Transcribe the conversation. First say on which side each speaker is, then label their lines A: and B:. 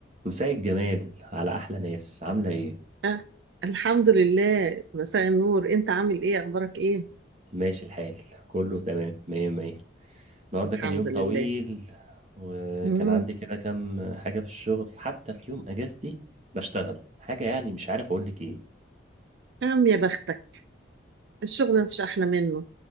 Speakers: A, on the right; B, on the right.
A: مساء الجمال على أحلى ناس عاملة إيه؟
B: آه. الحمد لله مساء النور انت عامل ايه اخبارك ايه
A: ماشي الحال كله تمام مية مية النهاردة
B: الحمد
A: كان يوم طويل
B: لله
A: وكان
B: امم
A: عندي كده كام حاجة في الشغل حتى في يوم أجازتي بشتغل حاجة يعني مش عارف أقولك إيه
B: يا عم يا بختك الشغل مفيش احلى منه